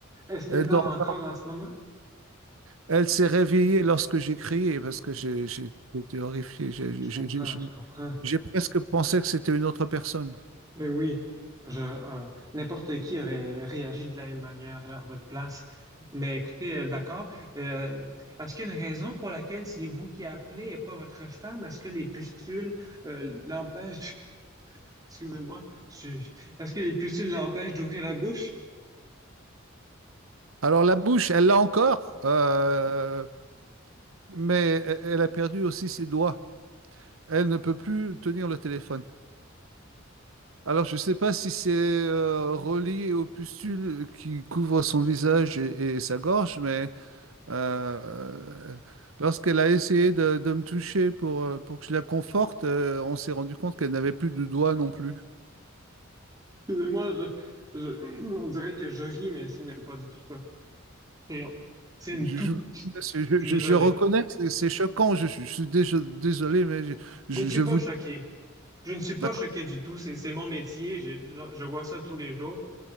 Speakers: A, on the right; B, on the right.
A: Est-ce qu'elle
B: Elle,
A: dort
B: dor-
A: encore en ce moment?
B: elle s'est réveillée lorsque j'ai crié parce que j'ai- j'ai- j'étais horrifié. J'ai
A: Je
B: j'ai-
A: comprends,
B: j'ai- j'ai-
A: je comprends.
B: j'ai presque pensé que c'était une autre personne.
A: Mais oui, je, euh, n'importe qui aurait réagi de la même manière là, à votre place. Mais écoutez, euh, d'accord. Euh, est-ce qu'il y a une raison pour laquelle c'est vous qui appelez et pas votre femme? Est-ce que les pustules euh, l'empêchent de- <laughs> Excusez-moi, je suis- est-ce que les pustules l'empêchent d'ouvrir la bouche?
B: Alors la bouche, elle l'a encore, euh, mais e- elle a perdu aussi ses doigts. Elle ne peut plus tenir le téléphone. Alors je ne sais pas si c'est euh, relié aux pustules qui couvrent son visage et, et sa gorge, mais Euh, lorsqu'elle a essayé de, de me toucher pour, euh, pour que je la conforte, euh, on s'est rendu compte qu'elle n'avait plus de doigts non plus.
A: Excusez-moi, je, je- <clears throat> on dirait que je ris, mais ce n'est pas du tout ça. C'est c'est une
B: Je,
A: toux.
B: je-
A: Je
B: je- je-
A: suis désolé.
B: je reconnais que c'est c'est choquant, je, je je suis dé- désolé, mais je, je-
A: Je ne suis
B: je
A: pas
B: vous...
A: choqué. Je ne suis pas
B: D'accord.
A: choqué du tout. C'est, c'est mon métier. Je, je- je vois ça tous les jours.